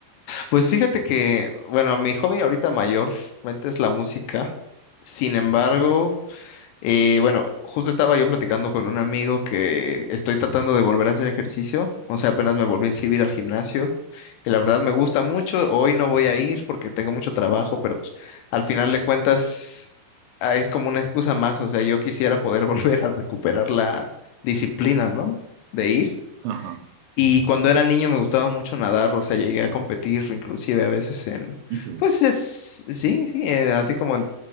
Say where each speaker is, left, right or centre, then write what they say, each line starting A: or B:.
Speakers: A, on the left (about 80°); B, on the right (about 85°).
A: Pues fíjate que, bueno, mi hobby ahorita mayormente es la música. Sin embargo, eh, bueno, justo estaba yo platicando con un amigo que estoy tratando de volver a hacer ejercicio. O sea, apenas me volví a inscribir al gimnasio. Y la verdad me gusta mucho. Hoy no voy a ir porque tengo mucho trabajo, pero pues, al final de cuentas ah, es como una excusa más. O sea, yo quisiera poder <laughs> volver a recuperar la disciplina, ¿no? De ir.
B: Ajá.
A: Y cuando era niño me gustaba mucho nadar, o sea, llegué a competir inclusive a veces en,
B: Y dices,
A: pues es- sí, sí, eh, así como en,